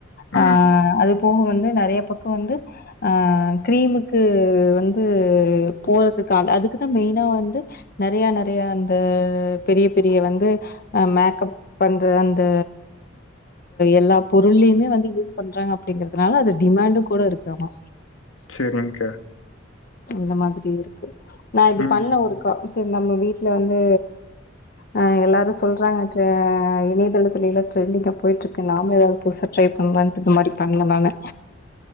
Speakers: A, on the left; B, on the left.
A: ஆ
B: ம்
A: அது போக வந்து நெறைய பக்கோ வந்து ஆ கிரீமுக்கு வந்து போறதுக்காக அதுக்குதா மெயினா வந்து நெறையா நெறையா அந்த பெரிய பெரிய வந்து அ மேக்கப் பண்ற அந்த எல்லா பொருள்ளயுமே வந்து யூஸ் பண்றாங்க அப்டிங்கறது னால அது டிமாண்டு கூட இருக்குதாமா
B: செரிங்க்கா
A: அந்த மாதிரி நா இது
B: ம்
A: பண்ணே ஒருக்கா சரி நம்ம வீட்ல வந்து அ எல்லாரு சொல்றாங்கன்ற இனையதளத்துலேலா ட்ரெண்டிங்கா போயிட்ருக்கு நாம எதாவது புதுசா ட்ரை பண்லான்ட்டு இந்த மாரி பண்ணே நானு